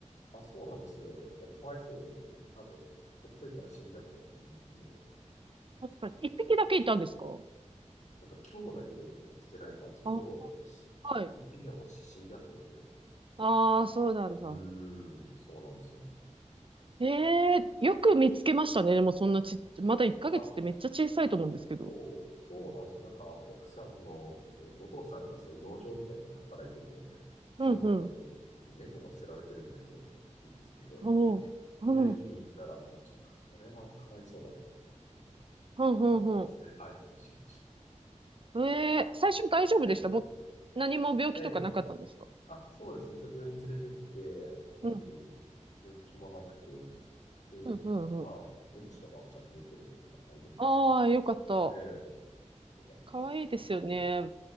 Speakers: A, on the left (about 70°); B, on the right (about 45°).
A: あ、そうなんですよ。だからかわいそうで、もう多分、ほっといたら死んじゃったと思うんで、
B: 確かに。一匹だけいたんですか
A: なんか兄弟で捨てられたんですけど、
B: あ、はい。
A: 一匹はもう死んじゃってて、う
B: ああ、そうなんだ。
A: ーん、そうなんですよ。
B: ええよく見つけましたね。でもそんなちっ、まだ1ヶ月ってめっちゃ小さいと思うんですけど。
A: あ、そう、そうなんですよ。なんか、奥さんの、えっと、お父さんがそういう農場みたいなので働いてて、
B: うんうん。
A: そのなんか、おいなんか猫が捨てられてるんだけど、とか言ってきて、
B: おおー。うん。
A: で、見に行ったら、あちょっとこれはかわいそうだなと思って、
B: うんうん
A: もうそのまま連れ帰ってきちゃいました。
B: ええ最初大丈夫でしたもう、
A: ええ
B: 何も病気とかなかったんですか
A: ええあ、そうですね。一応病院連れてって、特に病気もなくて、
B: うん、
A: で、
B: うん、うん、
A: まあ、
B: うん。
A: うんちとかもちゃんと出てるから大丈夫ですって言わ
B: ああ、よかった。
A: れて。ええ、よかったですね。
B: 可愛いですよね。
A: うん。